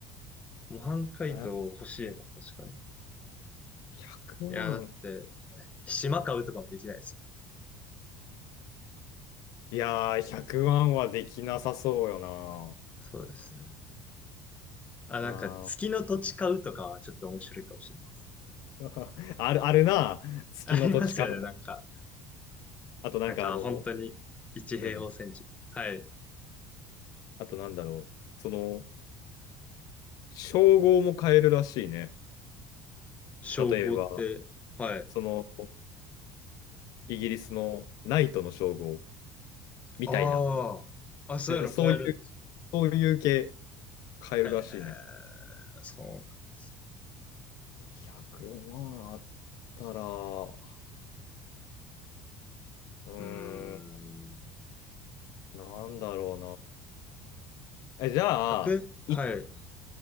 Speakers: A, on the left (about 20°); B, on the left (about 60°).
A: ね。模範解答欲しいな、
B: 答。
A: 確かに。い
B: 100万。
A: や、だって、島買うとかもできないですもんね。
B: いやー、100万はできなさそうよな。
A: そうですね。あ、
B: あー
A: なんか、月の土地買うとかはちょっと面白いかもしれないです。
B: <laughs> ある、あるな。月の土地か。
A: ありますよね、なんか。
B: あとなんかあの、
A: なんか、本当に、1平方センチ。
B: うん。
A: はい。
B: あとなんだろう。その、称号も変えるらしいね。
A: 称号って、
B: 例えば、
A: はい。
B: その、イギリスのナイトの称号みたいな。
A: ああ、あ、そういうの買えるんですか
B: そういう、そういう系変えるらしいね。
A: へえ、そうなんです。
B: 100万あったら、うーん、
A: うーん。
B: なんだろうな。え、じゃあ、
A: 100、はい。
B: い、